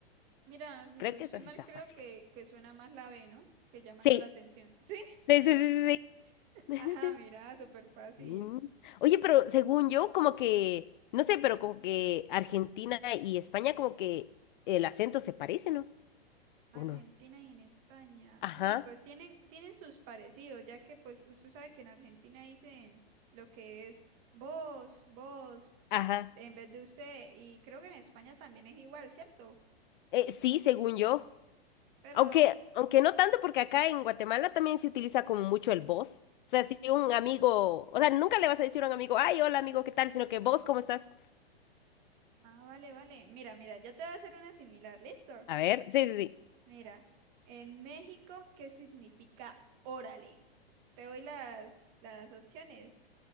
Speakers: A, on the right; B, on the left.
A: Mira, si
B: Creo
A: no estoy
B: que esta
A: mal,
B: sí está
A: creo
B: fácil.
A: que, que suena más la B, ¿no? Que llamando
B: Sí,
A: la atención. ¿Sí?
B: sí, sí, sí, sí.
A: <laughs>
B: <laughs>
A: Ajá, mira, súper fácil.
B: Mm. Oye, pero según yo, como que, no sé, pero como que Argentina y España como que el acento se parece, ¿no?
A: Argentina
B: ¿O no?
A: y en España.
B: Ajá,
A: Uy, pues tienen, tienen sus parecidos, ya que pues usted sabe que en Argentina dicen lo que es vos, vos.
B: ajá.
A: en vez de usted, y creo que en España también es igual, ¿cierto?
B: Eh, sí, según yo.
A: Pero,
B: Aunque, aunque no tanto, porque acá en Guatemala también se utiliza como mucho el vos. O sea, si un amigo, o sea, nunca le vas a decir a un amigo, ay, hola amigo, ¿qué tal? Sino que vos, ¿cómo estás?
A: ah, vale, vale. Mira, mira, yo te voy a hacer una similar, ¿listo?
B: A ver, sí, sí, sí.
A: Mira, en México, ¿qué significa órale? Te doy las, las opciones.